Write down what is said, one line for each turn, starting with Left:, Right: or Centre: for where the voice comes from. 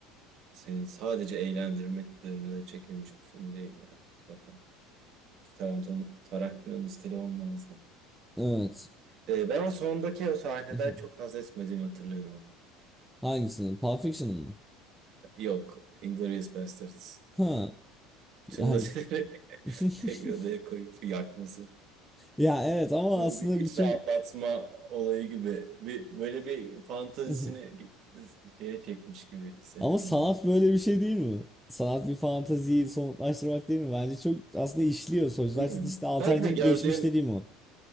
Right: seni sadece eğlendirmek üzerine de çekilmiş bir film değil yani zaten. Tarantino, Tarantino'nun stili olmaz
Centre: Evet.
Right: Ee, ben o sondaki sahneden
Centre: <laughs>
Right: çok haz etmediğimi hatırlıyorum.
Centre: Hangisini? Pulp Fiction'ın mı?
Right: Yok, Inglourious Basterds.
Centre: Ha.
Right: Bütün
Centre: Ya,
Right: nazileri
Centre: <laughs>
Right: <laughs> tek bir odaya koyup yakması.
Centre: ya evet ama
Right: Böyle
Centre: aslında
Right: bir iç
Centre: bütün
Right: rahatlatma olayı gibi. Bir, böyle bir fantazisini
Centre: <laughs>
Right: şeye çekmiş gibi hissettim
Centre: Ama sanat
Right: orada.
Centre: böyle bir şey değil mi? Sanat bir fantaziyi somutlaştırmak değil mi? Bence çok aslında işliyor. Sözler
Right: Bilmiyorum.
Centre: işte işte alternatif
Right: Belki de gördüğüm
Centre: geçmiş dediğim o.